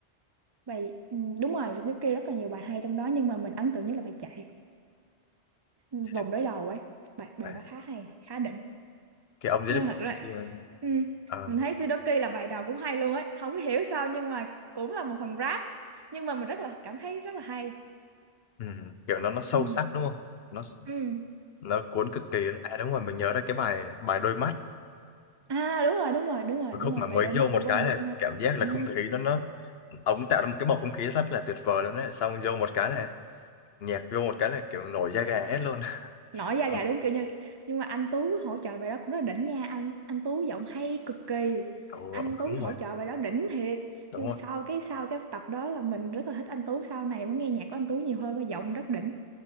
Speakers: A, on the right; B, on the left.
A: Bài ừ, đúng rồi Suzuki rất là nhiều bài hay trong đó nhưng mà mình ấn tượng nhất là bài chạy ừ,
B: Di
A: vòng
B: Đức
A: đối đầu ấy bài bài
B: Bà.
A: đó khá hay khá đỉnh
B: cái ông
A: nhưng
B: Di Đức
A: thật
B: Bà
A: ra
B: kia,
A: ừ,
B: ờ,
A: mình thấy Suzuki là bài đầu cũng hay luôn ấy không hiểu sao nhưng mà cũng là một phần rap nhưng mà mình rất là cảm thấy rất là hay
B: ừ, kiểu nó nó sâu
A: ừ.
B: sắc đúng không nó
A: Ừ.
B: nó cuốn cực kỳ à đúng rồi mình nhớ ra cái bài bài đôi mắt
A: à đúng rồi đúng rồi đúng rồi
B: một
A: đúng
B: khúc
A: rồi
B: mà mới
A: bài Đôi mắt
B: vô một
A: của Quang
B: cái
A: Bi
B: là
A: Tuấn Anh
B: cảm giác là
A: ừ.
B: không khí nó nó ông tạo ra một cái bầu không khí rất là tuyệt vời luôn đấy xong vô một cái là nhạc vô một cái là kiểu nổi da gà hết luôn
A: nổi da
B: ừ,
A: gà đúng kiểu như nhưng mà anh Tú hỗ trợ bài đó cũng rất là đỉnh nha anh anh Tú giọng hay cực kỳ
B: ừ,
A: anh Tú
B: đúng
A: hỗ
B: rồi
A: trợ bài đó đỉnh thiệt
B: đúng
A: nhưng
B: rồi
A: mà sau cái sau cái tập đó là mình rất là thích anh Tú sau này mới nghe nhạc của anh Tú nhiều hơn cái giọng rất đỉnh